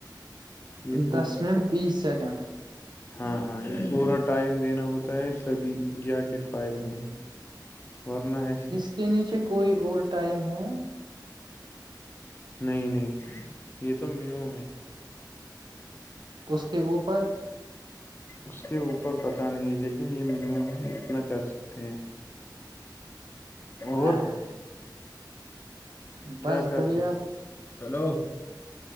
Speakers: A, on the left; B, on the right.
A: یہ پورا
B: دس منٹ بیس سیکنڈ
A: ہاں ہاں یہ پورا ٹائم دینا ہوتا ہے تبھی جا کے فائدہ ملے ورنہ ایس
B: جس کے نیچے کوئی اور ٹائم ہے
A: نہیں نہیں یہ تو منیمم ہے
B: اس کے اوپر
A: اس کے اوپر پتہ نہیں ہے لیکن یہ منیمم ہے اتنا کر سکتے ہیں اور
B: ہاں بس
A: کیا کر
B: بڑھیا
A: رہے ہیں ہلو